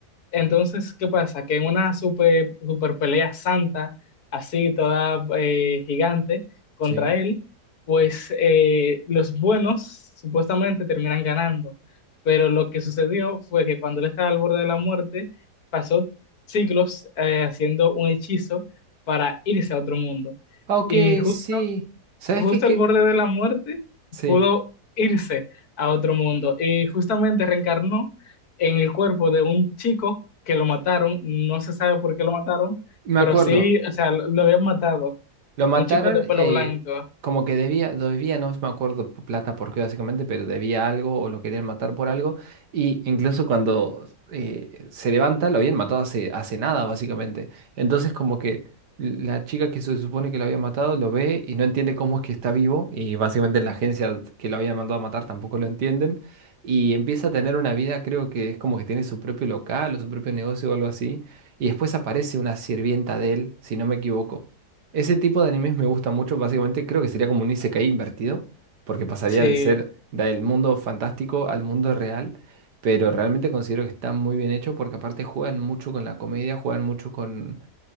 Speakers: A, on the left (about 65°); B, on the right (about 80°).
A: Entonces, ¿qué pasa? Que en una super, super pelea santa, así toda eh, gigante contra
B: sí.
A: él, pues eh, los buenos supuestamente terminan ganando. Pero lo que sucedió fue que cuando él estaba al borde de la muerte, pasó siglos eh, haciendo un hechizo para irse a otro mundo.
B: Ah, Ok,
A: Y justo
B: sí. ¿Sabes
A: justo
B: qué, qué?
A: al borde de la muerte,
B: Sí,
A: pudo irse a otro mundo y justamente reencarnó en el cuerpo de un chico que lo mataron, no se sabe por qué lo mataron,
B: me
A: pero
B: acuerdo.
A: sí, o sea, lo, lo habían matado,
B: Lo mataron
A: un chico de pelo
B: eh,
A: blanco,
B: como que debía, debía, no me acuerdo p- plata por qué básicamente, pero debía algo o lo querían matar por algo. Y incluso cuando eh, se levanta, lo habían matado hace, hace nada básicamente. Entonces como que la chica que se supone que lo había matado lo ve y no entiende cómo es que está vivo. Y básicamente la agencia que lo había mandado a matar tampoco lo entienden. Y empieza a tener una vida, creo que es como que tiene su propio local o su propio negocio o algo así. Y después aparece una sirvienta de él, si no me equivoco ese tipo de animes me gusta mucho, básicamente creo que sería como un isekai invertido, porque pasaría
A: sí.
B: de ser del mundo fantástico al mundo real, pero realmente considero que está muy bien hecho porque aparte juegan mucho con la comedia, juegan mucho con,